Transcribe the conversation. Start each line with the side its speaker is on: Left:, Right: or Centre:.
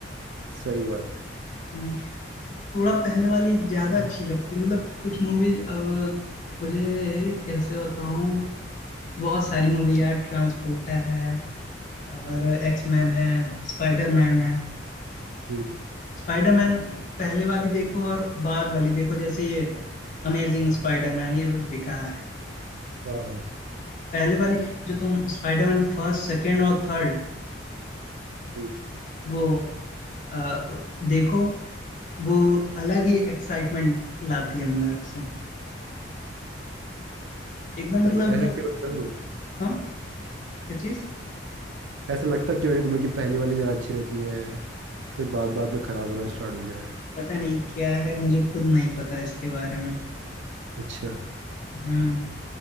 Right: सही बात है
Left: हम्म, थोड़ा पहले वाली ज्यादा अच्छी लगती मतलब कुछ मूवीज अब मुझे कैसे बताऊं बहुत सारी मूवी यार ट्रांसपोर्टर है और एक्समैन है स्पाइडरमैन है
Right: हम्म,
Left: स्पाइडरमैन पहले वाली देखो और बाद वाली देखो जैसे ये अमेजिंग स्पाइडरमैन ये सब बेकार है
Right: हाँ हाँ हम्म,
Left: पहले वाली जो तुम स्पाइडरमैन फर्स्ट सेकंड और थर्ड
Right: हम्म।
Left: वो अ, देखो वो अलग ही एक्साइटमेंट लाती है अंदर से एकदम
Right: तो
Left: मतलब
Right: ऐसा क्यों लगता है तुम्हें
Left: हाँ क्या चीज
Right: ऐसा लगता क्यों है कि तुम्हें कि पहली वाली ज़रा अच्छी रहती है फिर बाद बाद में ख़राब होना स्टार्ट हो गया है
Left: पता नहीं क्या है मुझे खुद नहीं पता इसके बारे में
Right: अच्छा
Left: हम्म